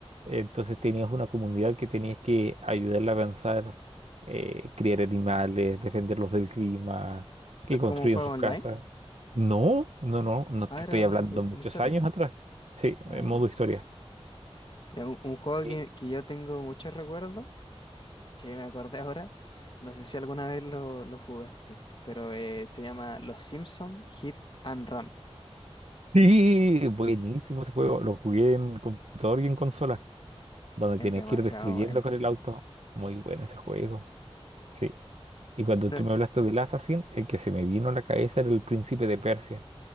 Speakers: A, on the right; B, on the left.
A: Entonces tenías una comunidad que tenías que ayudarla a avanzar, eh, criar animales, defenderlos del clima, que
B: era
A: construyan
B: como un juego
A: sus
B: online.
A: casas. No, no, no, no
B: Ah,
A: te
B: era
A: estoy hablando
B: eh,
A: muchos
B: una historia.
A: años atrás. Sí,
B: Ay,
A: en modo historia.
B: ya, un, un juego
A: Eh,
B: que, que yo tengo muchos recuerdos, que me acordé <laughs> ahora. No sé si alguna vez lo, lo jugaste, pero eh, se llama Los Simpson Hit and Run.
A: Sí, buenísimo ese juego. Lo jugué en computador y en consola, donde
B: Es
A: tenías
B: demasiado
A: que ir destruyendo
B: bueno.
A: con el auto. Muy bueno ese juego. Sí. Y cuando
B: Bueno,
A: tú me hablaste del Assassin, el que se me vino a la cabeza era el príncipe de Persia,